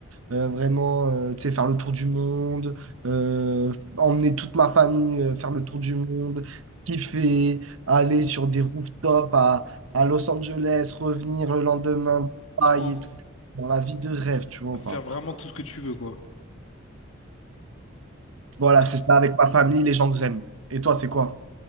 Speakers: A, on the right; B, on the left.
A: euh, vraiment, euh, tu sais, faire le tour du monde, euh, emmener toute ma famille euh, faire le tour du monde, kiffer, aller sur des rooftops à, à Los Angeles, revenir le lendemain, Dubaï
B: Ouais.
A: et tout. Dans la vie de rêve, tu vois ou
B: faire
A: pas?
B: vraiment tout ce que tu veux, quoi.
A: Voilà,
B: Et,
A: c'est ça avec ma famille, les gens que j'aime. Et toi, c'est quoi?